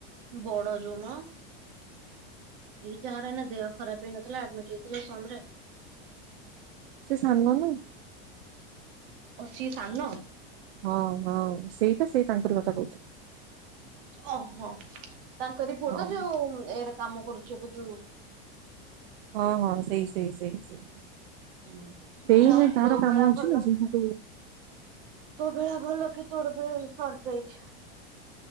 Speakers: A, on the right (about 60°); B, on the right (about 80°).
A: ବଡ ଯୋଉ ମ ଏଇ ଯାହାର ଏନା ଦେହ ଖରାପ ହେଇନଥିଲା ଆଡମିଟ ହେଇଥିଲେ ସମରେ।
B: ସେ ସାନ ନାଁ।
A: ଓଃ ସିଏ ସାନ?
B: ହଁ ହଁ ସେଇପା ସେଇ ତାଙ୍କର କଥା କହୁଚି।
A: ଅହ ତାଙ୍କରି ପୁଅ
B: ହଁ
A: ତ ଯୋଉ ଏରେ କାମ କରୁଚି ଏବେ ଯୋଉ
B: ହଁ ହଁ ସେଇ ସେଇ ସେଇ ସେଇ।
A: ହଁ
B: ସେଇ
A: ଯାଉ
B: ତାର
A: ତୋ
B: କାମ
A: ବେଳା
B: ଅଛି
A: ଭଲ
B: ନା ସେ ସେଠୁ
A: ତୋ ବେଳା ଭଲ କି ତୋର ବେ ସରିଯାଇଛି